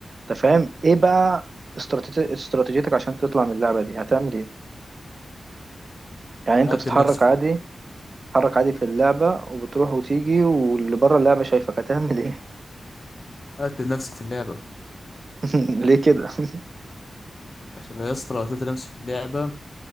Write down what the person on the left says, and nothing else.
قاتل
نفسي في
قاتل نفسي في اللعبه
عشان لو يا اسطى لو قتلت نفسي في اللعبه